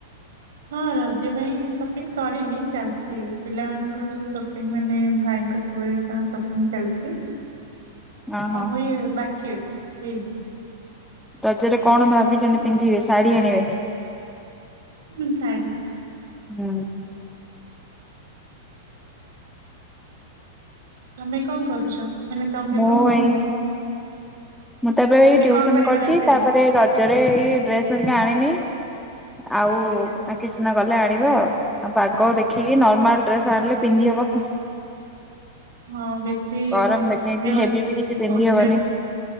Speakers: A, on the right (about 70°); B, in the centre.
A: ହଁ ରଜ ପାଇଁ ସପିଙ୍ଗ୍ ସରିନି ଚାଲଛି ପିଲାମାନଙ୍କର ସବୁ ସପିଙ୍ଗ୍ ମାନେ ଭାଇଙ୍କୁ ହୁଏ ତାଙ୍କ ସପିଂ ଚାଲଚି।
B: ଅଁ ହଁ।
A: <unintelligible> ବାକି ଅଛି ହେଇନି।
B: ରଜରେ କଣ ଭାବିଚନ୍ତି ପିନ୍ଧିବେ ଶାଢ଼ୀ ଆଣିବେ?
A: ହୁଁ ଶାଢୀ।
B: ହୁଁ।
A: ତମେ କଣ କରୁଚ ମାନେ ତମେ
B: ମୁଁ
A: କଣ?
B: ଏଇ ମୁଁ ତଏ ବେ ଏଇ
A: ମାନେ
B: ଟ୍ୟୁସନ
A: କଣ କରିବ
B: କରିଚି
A: ରଜରେ
B: ତାପରେ ରଜରେ ଏଇ ଡ୍ରେସ୍ ହରିକା ଆଣିନି। ଆଉ
A: ଆଚ୍ଛା
B: ଏଁ କିଏ ସିନା ଗଲେ ଆଣିବ ଆଉ ପାଗ ଦେଖିକି ନର୍ମାଲ୍ ଡ୍ରେସ୍ ଆଣିଲେ ପିନ୍ଧି ହବ।
A: ହଁ ବେଶୀ
B: ଗରମ
A: <unintelligible>
B: ଦେଖିକି ହେଭି ବି କିଛି ପିନ୍ଧି
A: ଓଜନ
B: ହବନି।